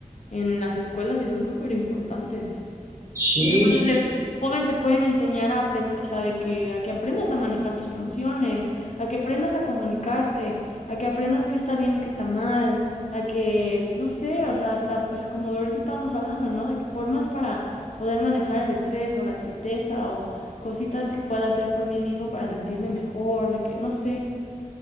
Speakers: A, on the left (about 55°); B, on the right (about 20°).
A: en las escuelas y son súper importantes.
B: sí,
A: Porque pues,
B: sí,
A: desde
B: sí.
A: joven te pueden enseñar a aprender, o sea, de que a que aprendas a manejar tus emociones, a que aprendas a comunicarte, a que aprendas qué está bien y qué está mal, a que, no sé, o sea, hasta pues como ahorita estábamos hablando, ¿no? De que formas para poder manejar el estrés o la tristeza o cositas que pueda hacer por mí mismo para sentirme mejor, de que, no sé.